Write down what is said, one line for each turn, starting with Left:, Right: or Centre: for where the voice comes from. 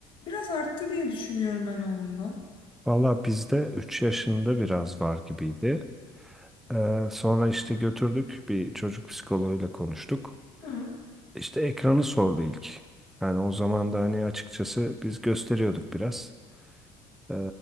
Left: biraz arttı diye düşünüyorum ben oğlumda.
Centre: Valla bizde 3 yaşında biraz var gibiydi. Ee, sonra işte götürdük bir çocuk psikoloğuyla konuştuk.
Left: Hı.
Centre: İşte ekranı sordu ilk. Yani o zaman da hani açıkçası biz gösteriyorduk biraz. Ee,